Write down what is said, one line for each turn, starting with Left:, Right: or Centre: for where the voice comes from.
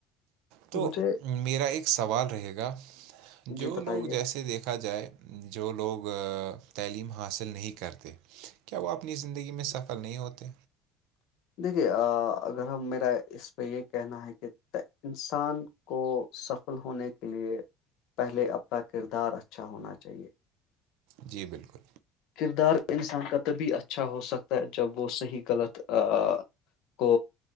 Left: ہے
Right: تو
Left: مجھے
Right: میرا ایک سوال رہے گا جو
Left: جی بتائیے
Right: لوگ جیسے دیکھا جائے جو لوگ تعلیم حاصل نہیں کرتے کیا وہ اپنی زندگی میں سفل نہیں ہوتے
Left: دیکھیے اگر ہم میرا اس پہ یہ کہنا ہے کہ انسان کو سفل ہونے کے لیے پہلے اپنا کردار اچھا ہونا چاہیے
Right: جی بالکل
Left: کردار انسان کا تبھی اچھا ہو سکتا ہے جب وہ صحیح غلط <inaudible> کو